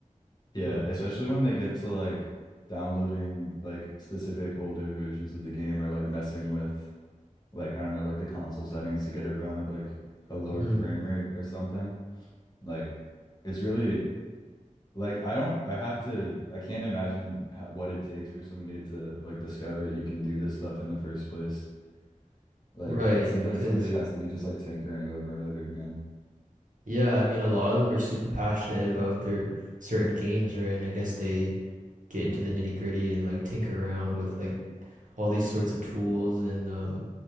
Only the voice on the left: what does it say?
Yeah,
especially when they get to like downloading like specific older versions of the game or like messing with like I don't know, like the console settings to get it run at like a lower
frame rate or something. Like it's really like I don't I have to I can't imagine how, what it takes for somebody to like discover that you can do this stuff in the first place. Like
it seems like
somebody has to be just like tinkering over and over again.